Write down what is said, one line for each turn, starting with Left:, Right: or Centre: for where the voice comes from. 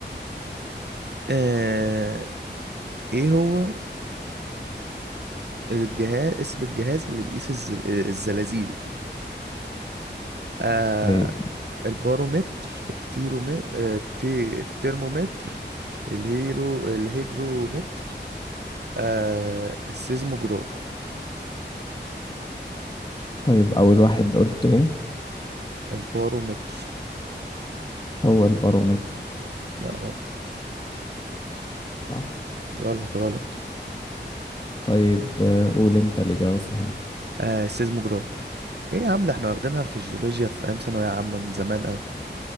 Right: آه ايه هو الجهاز اسم الجهاز اللي بيقيس الز- الزلازل آه
Left: طيب
Right: البارومتر التيرومتر آه، التي... الترمومتر الهيرو الهيجرومتر آه السيزموجراف
Left: طيب أول واحد قلته إيه؟
Right: البارومتر
Left: هو البارومتر
Right: لا غلط
Left: صح؟
Right: غلط غلط
Left: طيب آه، قول أنت الإجابة الصحيحة
Right: آه السيزموجراف ايه يا عم ده احنا واخدينها في الجيولوجيا في ايام ثانوية عامة من زمان قوي